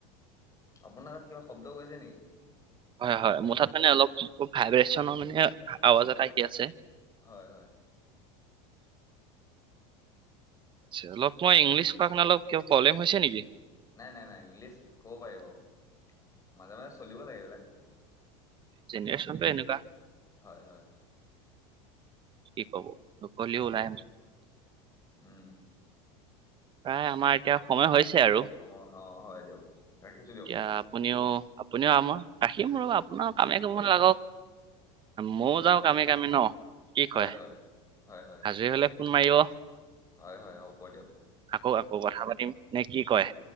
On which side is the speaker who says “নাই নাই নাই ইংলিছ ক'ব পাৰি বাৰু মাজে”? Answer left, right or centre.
Left